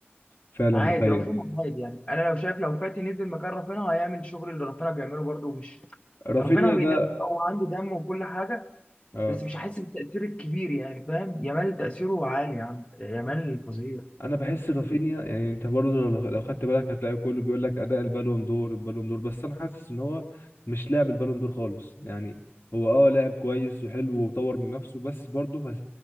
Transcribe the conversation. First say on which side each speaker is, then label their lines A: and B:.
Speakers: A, on the left (about 70°); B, on the left (about 30°).
A: فعلا
B: عادي
A: دي حقيقه
B: رافينها عادي يعني انا لو شايف لو فاتي نزل مكان رافينها هيعمل الشغل اللي رافينها بيعمله برده مش
A: رافينيا
B: رافينها بيدافع
A: ده
B: هو عنده دم وكل حاجه
A: اه
B: بس مش هحس بالتاثير الكبير يعني فاهم يامال تاثيره عالي يا عم يامال فظيع
A: انا بحس رافينيا يعني انت برضه لو لو خدت بالك هتلاقي كله بيقول لك اداء البالون دور البالون دور بس انا حاسس ان هو مش لاعب البالون دور خالص يعني هو اه لاعب كويس وحلو وطور من نفسه بس برضه ما